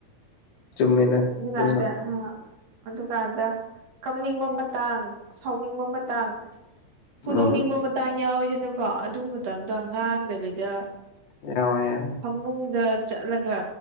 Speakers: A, on the left (about 70°); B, on the right (about 70°).
A: ꯆꯨꯝꯃꯦꯗ
B: ꯑꯗꯨꯀꯥꯟꯗ
A: ꯑꯗꯨꯁꯨ
B: ꯑ ꯑꯗꯨꯀꯥꯟꯗ ꯀꯝꯅꯤꯡꯕ ꯃꯇꯥꯡ ꯁꯥꯎꯅꯤꯡꯕ ꯃꯇꯥꯡ ꯐꯨꯗꯣꯛꯅꯤꯡꯕ
A: ꯎꯝ
B: ꯃꯇꯥꯡ ꯌꯥꯎꯋꯤꯗꯅꯀꯣ꯫ ꯑꯗꯨ ꯃꯇꯝꯗ ꯉꯥꯡꯗꯕꯤꯗ꯫
A: ꯌꯥꯉ ꯌꯥ
B: ꯐꯃꯨꯡꯗ ꯆꯠꯂꯒ꯫